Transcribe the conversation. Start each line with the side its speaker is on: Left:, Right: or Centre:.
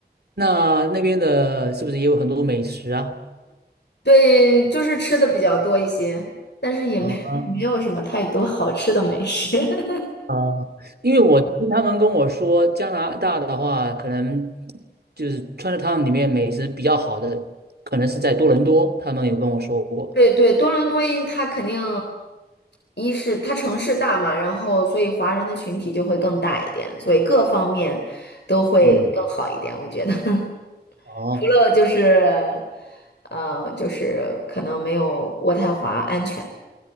Right: 那那边的是不是也有很多美食啊？
Left: 对，就是吃的比较多一些，但是也没
Right: 啊
Left: <laughs> 没有什么太多好吃的美食。<laughs>
Right: 啊，因为我听他们跟我说，加拿大的话，可能就是 Chinatown 里面美食比较好的，可能是在多伦多，他们有跟我说过。
Left: 对对，多伦多因它肯定，一是它城市大嘛，然后所以华人的群体就会更大一点，所以各方面都会更好一点，
Right: 嗯，
Left: 我觉得。<laughs>
Right: 哦
Left: 除了就是，呃，就是可能没有渥太华安全。